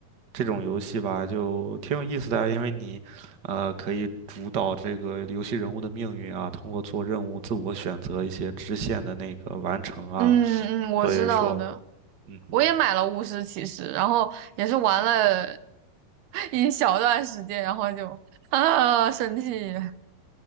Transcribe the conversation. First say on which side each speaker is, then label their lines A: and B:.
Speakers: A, on the right; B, on the right.
A: 这种游戏吧，就挺有意思的啊因为你，呃，可以主导这个游戏人物的命运啊，通过做任务自我选择一些支线的那个完成啊，
B: 嗯嗯，我知道的，
A: 所以说。嗯哼。
B: 我也买了《巫师骑士》，然后也是玩了 <laughs> 一小段时间，然后就啊生气。